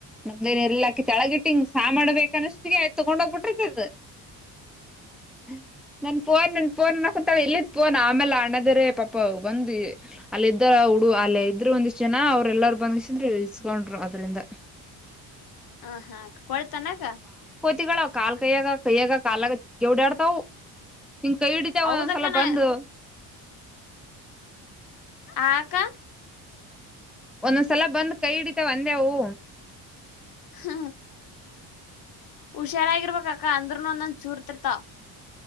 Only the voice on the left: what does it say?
ಹ ಹಾ ಕೊ <unintelligible> ತನಾಗ <unintelligible>
ಹೌದಕ್ಕ
ನಾ
ಹಾ ಅಕ್ಕ
ಹ್ಮ ಹುಷಾರಾಗಿರ್ಬಕ್ಕ ಅಂದ್ರನು <unintelligible> ಚೂರ್ತಿರ್ತ